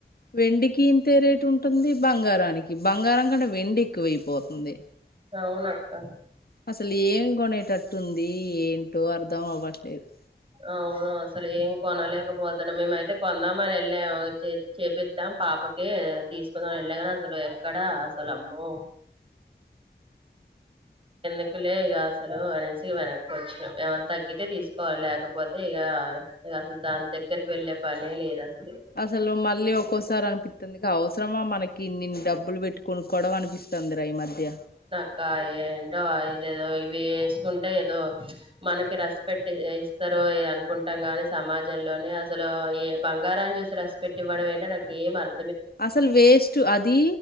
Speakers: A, on the left; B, on the right.
A: వెండికి ఇంతే రేటు ఉంటుంది బంగారానికి బంగారం కంటే వెండి ఎక్కువైపోతుంది
B: అవునక్క
A: అసలు ఏమి కొనేటట్టుం ది ఏంటో అర్ధం అవ్వట్లే లేదు
B: అవును అసలు ఏం కొనలేకపోతన్నం, మేమైతే కొందాం అని వెళ్ళాము చే చేపిద్దాం పాపకి తీసుకుందామని వెళ్ళాంగాని అసలు ఎక్కడా అసలు అమ్మో. వెద్దులే ఇక అసలు అనేసి వెనక్కి వచ్చినామ్ ఏమైనా తగ్గితే తీసుకోవాలి లేకపోతే ఇగ అస్సలు దాని దగ్గరకి వెళ్లే పనే లేదు అస్స
A: అసలు మళ్ళీ ఒక్కోసారి అనిపి పిత్తుంది అవసరమా మనకి ఇన్నిన్ని డబ్బులు పెట్టు కొనుక్కవడం అనిపిస్తుంది ఈ మధ్య
B: ఇ ఏంటో ఇదేదో ఇవి వేసుకుంటే ఏదో మనకి రెస్పెక్ట్ ఇస్తారు అనుకుంటాం గాని సమాజంలోని అసలు ఏ బంగారాన్ని చూసి రెస్పెక్ట్ ఇవ్వడం ఏంటో నాకు ఏ అర్
A: అసలు వేస్ట్ అది